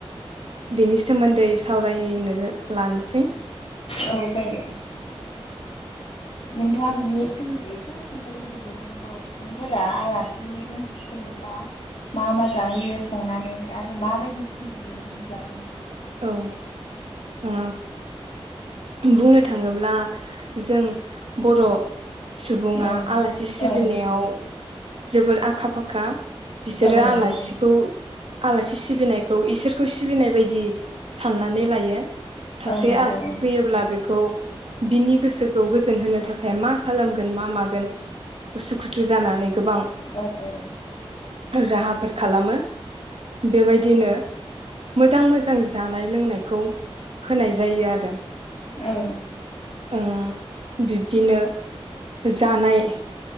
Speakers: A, on the right (about 70°); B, on the left (about 70°).
A: बेनि सोमोन्दै सावरायनो लानोसै।
B: औ जायो नोंथाङा बिनि सोमोन्दै एसे खोन्थाग्रोदो दे जों बर' सुबुंफोरा आलासि दुमसि फैयोब्ला मा मा जाहोयो संनानै आरो माबायदि फुजियो बेनि बागै।
A: औ ओ बुंनो थाङोब्ला जों बर' सुबुङा
B: औ
A: आलासि सिबिनायाव
B: औ
A: जोबोर आखा फाखा। बिसोरो
B: औ नंगौ
A: आलासिखौ आलासि सिबिनायखौ इसोरखौ सिबिनाय बायदि साननानै लायो। सासे
B: औ नंगौ
A: <unintelligible> फैयोब्ला बे खौ बिनि गोसोखौ गोजोन होनो थाखाय मा खालामगोन मा मागोन उसुखुथु जानानै गोबां
B: औ औ।
A: राहाफोर खालामो। बेबायदिनो मोजां मोजां जानाय लोंनायखौ होनाय जायो आरो।
B: औ।
A: ओ बिब्दिनो जानाय